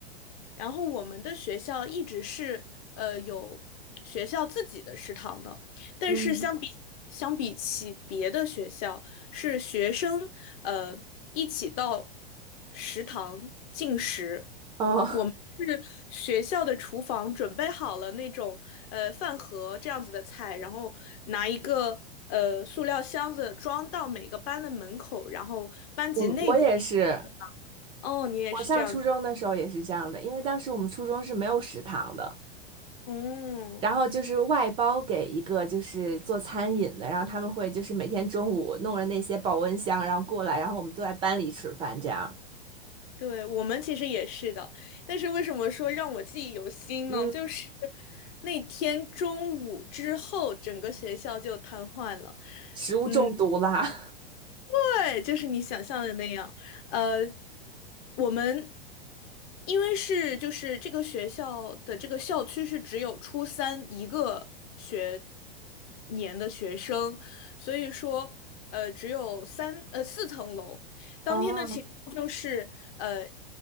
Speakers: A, on the left; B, on the right.
A: 然后我们的学校一直是呃有学校自己的食堂呢，但是相比相比起别的学校，
B: 嗯，
A: 是学生呃一起到食堂进食，
B: 哦，
A: 是学校的厨房准备好了那种呃饭盒这样子的菜，然后拿一个呃塑料箱子装到每个班的门口，然后班级内部进行。
B: <laughs> 我我也是，
A: 哦，你也是这样子，
B: 我上初中的时候也是这样的，因为当时我们初中是没有食堂的。
A: 哦。
B: 然后就是外包给一个就是做餐饮的，然后他们会就是每天中午弄着那些保温箱，然后过来，然后我们坐在班里吃饭，这样，
A: 对，我们其实也是的，但是为什么说让我记忆犹新呢？
B: 嗯，
A: 就是那天中午之后，整个学校就瘫痪了。
B: 食物中毒啦。
A: 嗯，
B: <laughs>
A: 对，就是你想象的那样。呃，我们因为是就是这个学校的这个校区是只有初三一个学年的学生，所以说呃只有三呃四层楼。当天的情况就是，
B: 啊，
A: 呃，